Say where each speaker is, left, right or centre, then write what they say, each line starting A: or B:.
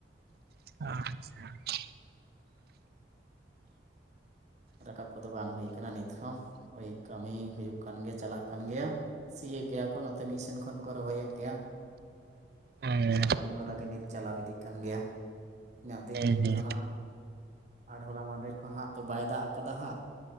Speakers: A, on the right (about 60°); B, on the right (about 40°).
A: ᱟᱪᱪᱷᱟ
B: ᱨᱟᱠᱟᱵ ᱠᱚᱫᱚ ᱵᱟᱝ ᱦᱩᱭ ᱟᱠᱟᱱᱟ ᱱᱤᱛ ᱦᱚᱸ ᱳᱭ ᱠᱟᱹᱢᱤ ᱦᱳᱭᱳᱜ ᱠᱟᱱ ᱜᱮᱭᱟ ᱪᱟᱞᱟᱜ ᱠᱟᱱ ᱜᱮᱭᱟ᱾ ᱥᱤᱭᱮᱫ ᱜᱮᱭᱟ ᱠᱚ ᱱᱚᱛᱮ ᱢᱤᱫ ᱥᱮᱱ ᱠᱷᱚᱱ ᱠᱚ ᱨᱚᱦᱚᱭᱮᱫ ᱜᱮᱭᱟ᱾
A: ᱦᱮᱸ
B: ᱱᱚᱣᱟ ᱠᱟᱹᱢᱤᱦᱚᱨᱟ ᱜᱮ ᱱᱤᱛ ᱪᱟᱞᱟᱣ ᱤᱫᱤᱜ ᱠᱟᱱ ᱜᱮᱭᱟ᱾ ᱤᱧᱟᱹᱜ ᱫᱤᱱ
A: ᱦᱮᱸ
B: ᱦᱳᱭᱳᱜ ᱠᱟᱱᱟ ᱦᱟᱸᱜ ᱟᱨ ᱦᱚᱞᱟ ᱢᱟᱫᱷᱮᱨ ᱠᱷᱚᱱ ᱦᱟᱸᱜ ᱛᱚ ᱵᱟᱭ ᱫᱟᱜ ᱠᱟᱫᱟ ᱦᱟᱸᱜ